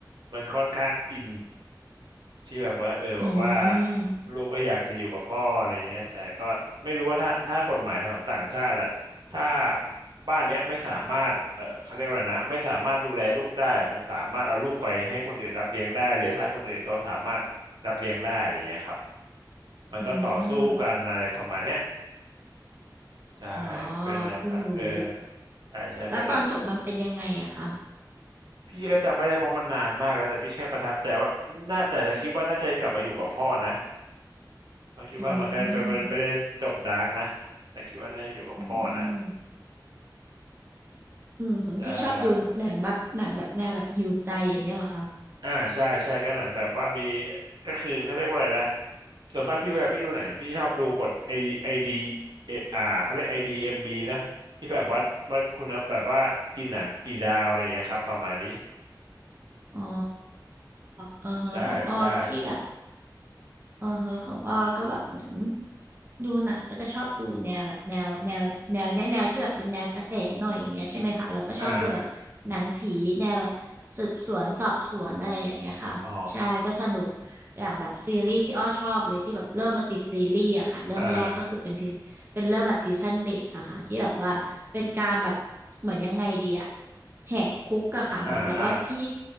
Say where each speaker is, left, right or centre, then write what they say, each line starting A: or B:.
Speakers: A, on the right (about 75°); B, on the right (about 30°).
A: มันค่อนข้างอิน ที่แบบว่าเออแบบว่า
B: อืม
A: ลูกก็อยากจะอยู่กับพ่ออะไรเงี้ยแต่ก็ไม่รู้ว่าถ้าถ้ากฎหมายของต่างชาติอะถ้าบ้านเนี้ยไม่สามารถเออเขาเรียกว่าอะไรนะไม่สามารถดูแลลูกได้มันสามารถเอาลูกไปให้คนอื่นรับเลี้ยงได้เลยถ้าคนอื่นเขาสามารถรับเลี้ยงได้อะไรเงี้ยครับมันต้องต่อสู้กันอะไรประมาณเนี้ย
B: อืม
A: ใช่
B: อ๋อ
A: เป็นหนังสังเออ
B: เพิ่งรู้
A: ใช่ใช่เป็นหนัง
B: แล้วตอนจบมันเป็นยังไงอะคะ
A: พี่ก็จำไม่ได้เพราะมันนานมากแล้วแต่พี่แค่ประทับใจว่าน่าแต่จะคิดว่าน่าจะกลับมาอยู่กับพ่อนะ เราคิดว่ามันก็ไปไปไม่ได้จบดาร์กนะแต่คิดว่าน่าจะอยู่กับพ่อนะ
B: อืมอืมอืม
A: อ่
B: พี่ชอบดูหนังแบบหนังแบบแนวแบบหิวใจอย่างเงี้ยเหรอคะ
A: าอ่าใช่ใช่ก็หนังแบบว่ามีก็คือเขาเรียกว่าอะไรนะส่วนมากพี่เวลาพี่ดูหนังพี่ชอบดูกฎไอไอดีเออ่าเขาเรียกไอดีเอ็มบีนะที่แบบวัดวัดคุณภาพแบบว่ากี่หนังกี่ดาวอะไรอย่างเงี้ยครับประมาณนี้
B: อ๋อเออฮะของอ้อที่แบบ
A: ใช่ใช่
B: เอือเฮอของอ้อก็แบบเหมือนดูหนังก็จะชอบดูแนวแบบแนวแนวแนวแนวแนวที่แบบเป็นแนวกระแสหน่อยอย่างเงี้ยใช่ไหมคะเราก็ชอบดูแบบหนังผีแนวแบบสืบสวนสอบสวนอะไรอย่างเงี้ยค่ะใช่ก็สนุก
A: อ่าอ๋อ
B: อย่างแบบซีรีส์ที่อ้อชอบเลยที่แบบเริ่มมาติดซีรีส์อะค่ะเรื่องแรกก็คือเป็นพิเป็นเรื่องแบบพ
A: อ่า
B: i ซันเบรกอะค่ะที่แบบว่าเป็นการแบบเหมือนยังไงดีอะแหกคุกอะค่ะเหมือนแบบว่าพี่
A: อ่าอ่า